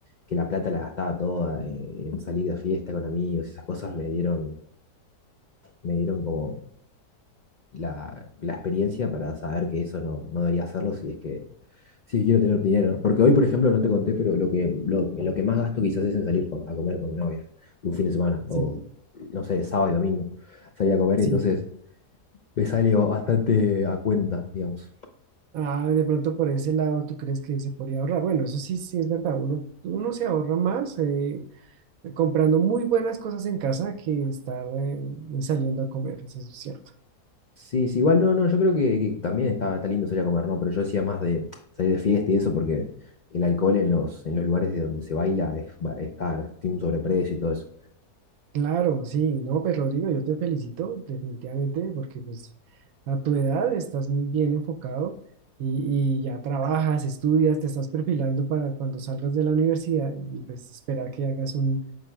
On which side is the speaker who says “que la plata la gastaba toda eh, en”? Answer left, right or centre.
Left